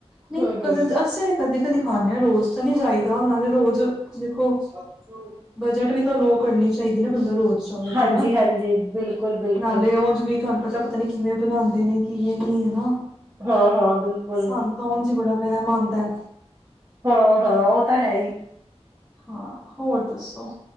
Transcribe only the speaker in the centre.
ਨਹੀਂ
ਕਦੇ ਅਸੀਂ ਵੀ ਕਦੇ ਖਾਉਂਦੇ ਹਾਂ ਰੋਜ਼ ਤਾਂ ਨਹੀ ਜਾਈਦਾ ਨਾਲੇ ਰੋਜ਼ ਦੇਖੋ,
ਬਜਟ ਵੀ ਤਵਾਨੁ ਓਹ ਕਰਨੀ ਚਾਹੀਦੀ ਨਾ ਬੰਦਾ ਰੋਜ਼ ਚਾਹਵੇ
ਹਨਾ,
ਨਾਲੇ ਉਂਝ ਵੀ ਤੁਹਾਨੂੰ ਪਤਾ ਪਤਾ ਨੀ ਕਿਵੇਂ ਬਣਾਨਦੇ ਨੇ ਕੀ ਇਹ ਨੀ ਹੈ ਨਾ,
ਸਾਨੂੰ ਤਾਂ ਉਂਜ ਹੀ ਬੜਾ ਵਹਿਮ ਆਂਦਾ ਏ
ਹਾਂ, ਹੋਰ ਦੱਸੋ।